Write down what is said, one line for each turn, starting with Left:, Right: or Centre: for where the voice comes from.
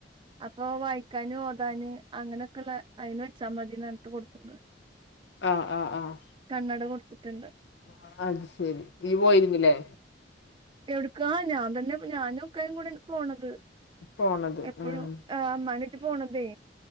Right: അപ്പൊ വായിക്കാന് ഓതാന് അങ്ങനെക്കെള്ളെ അതിന് വെച്ചാൽ മതി ന്നർനിട്ട് കൊടുത്തിണ്ട്.
Left: ആഹ് ആഹ് ആഹ്
Right: കണ്ണട കൊട്ത്തിട്ടുണ്ട്.
Left: ആഹ് അത് ശെരി നീ പോയിരുന്ന് ലേ.
Right: എവിട്ക്കാ. ഞാൻ തന്നെ ഞാനും ഉപ്പയും കൂടെ പോണത്.
Left: പോണത്
Right: എപ്പഴും
Left: ഉം
Right: ആഹ് ഇമ്മാനായിട്ട് പോണതേ.